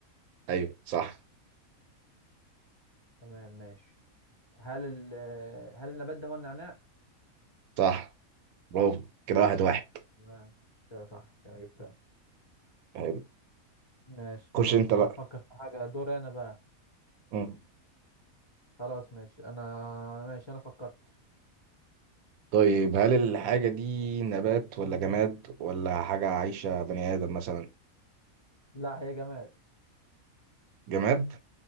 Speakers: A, on the right (about 80°); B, on the left (about 30°).
A: أيوه صح
B: تمام ماشي هل ال آه، هل النبات ده هو النعناع
A: صح برافو كده واحد واحد
B: تمام كده صح كده جبتها
A: أيوة.
B: ماشي خلاص
A: خش أنت
B: انا
A: بقى
B: هفكر في حاجة دور انا بقى
A: مم.
B: خلاص ماشي انا ماشي انا فكرت
A: طيب هل الحاجة دي
B: ممكن
A: نبات
B: تسألني
A: ولا جماد ولا حاجة عايشة بني آدم مثلا
B: لا هي جماد
A: جماد